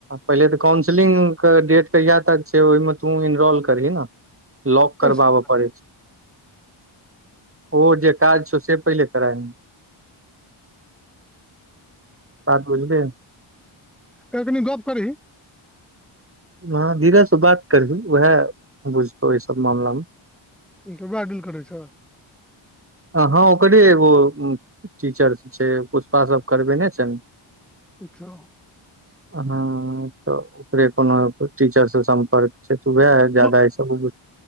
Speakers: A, on the right (about 25°); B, in the centre.
A: पहिले तऽ काउंसलिंग के डेट कहिया तक छै ओहिमे तू इनरोल करही ने लॉक
B: ओहिसँ
A: करबाबऽ पड़ै छै ओ जे काज छौ से पहिले कराही बात बुझलियै
B: तऽ तनि गप करी
A: हँ धीरज से बात करबी उएह बुझतौ ई सब मामला मे
B: तऽ वएह डील करै छौ
A: हँ ओकरे एगो टीचर छै पुष्पा सब करबे नहि छनि
B: अच्छा
A: हँ तऽ ओकरे कोनो टीचर से सम्पर्क छै तऽ वएह जादा
B: पु-
A: ई सब